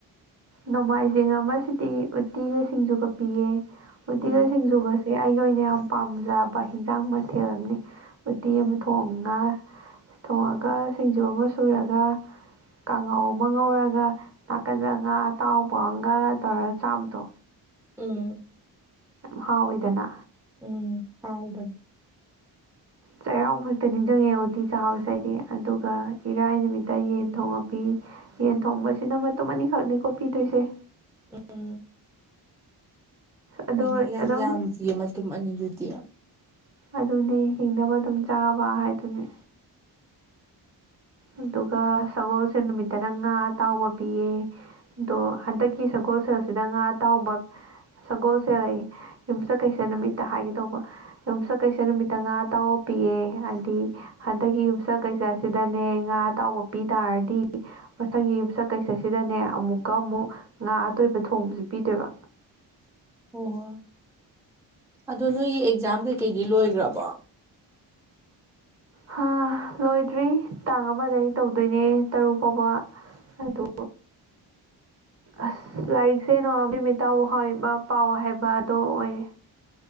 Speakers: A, on the right; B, in the centre.
A: ꯅꯣꯡꯃꯥꯏꯖꯤꯡ ꯑꯃꯁꯤꯗꯤ ꯎꯇꯤꯒ ꯁꯤꯡꯖꯨꯒ ꯄꯤꯌꯦ ꯎꯇꯤꯒ
B: ꯎꯝ
A: ꯁꯤꯡꯖꯨꯒꯁꯦ ꯑꯩꯒꯤ ꯑꯣꯏꯅ ꯌꯥꯝ ꯄꯥꯝꯖꯕ ꯍꯤꯟꯖꯥꯡ ꯃꯊꯦꯜ ꯑꯃꯅꯤ ꯎꯇꯤ
B: ꯎꯝ
A: ꯑꯃ ꯊꯣꯡꯉ ꯊꯣꯉꯒ ꯁꯤꯡꯖꯨ ꯑꯃ ꯁꯨꯔꯒ ꯀꯥꯡꯉꯧ ꯑꯃ ꯉꯧꯔꯒ ꯅꯥꯀꯟꯗ ꯉꯥ ꯑꯇꯥꯎꯕ ꯑꯃꯒ ꯇꯧꯔꯒ ꯆꯥꯕꯗꯣ
B: ꯎꯝ
A: ꯌꯥꯝ ꯍꯥꯎꯋꯤꯗꯅ
B: ꯎꯝ ꯇꯥꯎꯕꯅꯦ
A: ꯆꯩꯔꯥꯎ ꯈꯛꯇ ꯅꯤꯡꯖꯪꯉꯦ ꯎꯇꯤ ꯆꯥꯕꯁꯦ ꯑꯩꯗꯤ ꯑꯗꯨꯒ ꯏꯔꯥꯏ ꯅꯨꯃꯤꯠꯇ ꯌꯦꯟ ꯊꯣꯡꯉ ꯄꯤ꯫ ꯌꯦꯟ ꯊꯣꯡꯕꯁꯤꯅ ꯃꯇꯨꯝ ꯑꯅꯤꯈꯛꯅꯤꯀꯣ ꯄꯤꯗꯣꯏꯁꯦ
B: ꯎꯝ
A: ꯑꯗꯣ
B: ꯀꯩꯅꯣ ꯌꯥꯝ
A: ꯑꯗꯨꯝ
B: ꯌꯥꯝꯗꯤꯌꯦ ꯃꯇꯨꯝ ꯑꯅꯤꯗꯨꯗꯤ
A: ꯑꯗꯨꯅꯦ ꯍꯤꯡꯅꯕ ꯑꯗꯨꯝ ꯆꯥꯕ ꯍꯥꯏꯗꯨꯅꯦ ꯑꯗꯨꯒ ꯁꯒꯣꯜꯁꯦꯜ ꯅꯨꯃꯤꯠꯇꯅ ꯉꯥ ꯑꯇꯥꯎꯕ ꯄꯤꯌꯦ ꯑꯗꯣ ꯍꯟꯗꯛꯀꯤ ꯁꯒꯣꯜꯁꯦꯜꯁꯤꯗ ꯉꯥ ꯑꯇꯥꯎꯕ ꯇꯥꯎ ꯁꯒꯣꯜꯁꯦꯜ ꯑꯌꯦ ꯌꯨꯝꯁꯀꯩꯁ ꯅꯨꯃꯤꯠꯇ ꯍꯥꯏꯒꯦ ꯇꯧꯕ ꯌꯨꯝꯁꯀꯩꯁ ꯅꯨꯃꯤꯠꯇ ꯉꯥꯇꯥꯎ ꯄꯤꯌꯦ ꯍꯥꯏꯗꯤ ꯍꯟꯗꯛꯀꯤ ꯌꯨꯝꯁ ꯀꯩꯁꯁꯤꯗꯅꯦ ꯉꯥ ꯑꯇꯥꯎꯕ ꯄꯤ ꯇꯥꯔꯗꯤ ꯃꯊꯪꯒꯤ ꯌꯨꯝꯁꯀꯩꯁ ꯁꯤꯗꯅꯦ ꯑꯃꯨꯛꯀ ꯑꯃꯨꯛ ꯉꯥ ꯑꯇꯣꯏꯕ ꯊꯣꯡꯕꯁꯨ ꯄꯤꯗꯣꯏꯕ
B: <unintelligible> ꯑꯣ ꯑꯗꯣ ꯅꯣꯏꯒꯤ ꯑꯦꯛꯖꯥꯝ ꯀꯩꯀꯩꯒꯤ ꯂꯣꯏꯒꯔ꯭ ꯕꯣ
A: ꯍꯥ ꯂꯣꯏꯗ꯭ꯔꯤ ꯇꯥꯡ ꯑꯃꯗꯩꯩ ꯇꯧꯗꯣꯏꯅꯦ ꯇꯔꯨꯛ ꯐꯥꯎꯕ ꯑꯗꯨ ꯑꯁ ꯂꯥꯏꯔꯤꯛꯁꯦ ꯅꯣꯡꯉꯥꯟꯕꯗꯒꯤ ꯅꯨꯃꯤꯠ ꯇꯥꯕꯨꯛ ꯄꯥꯎ ꯍꯥꯏꯕꯗꯣ ꯑꯣꯏꯌꯦ